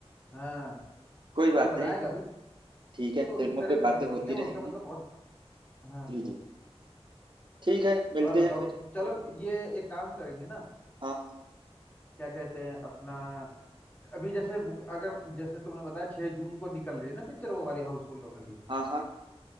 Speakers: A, on the left; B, on the right.
A: हाँ
B: कोई बात
A: और बनाएगा
B: नहीं
A: भी
B: ठीक है
A: तो
B: फिल्मों
A: इस तरह
B: पे
A: से
B: बातें
A: थोड़ी
B: होती
A: बनेंगे वो
B: रहेंगी
A: उसका मतलब बहुत हाँ
B: जी
A: हाँ
B: जी ठीक है मिलते
A: और बताओ
B: हैं फिर
A: चलो ये एक काम करेंगे ना
B: हाँ
A: क्या कहते हैं अपना अभी जैसे बुक अगर जैसे तुमने बताया छह जून को निकल रही है ना पिक्चर वो वाली हाउसफुल वाली
B: हाँ हाँ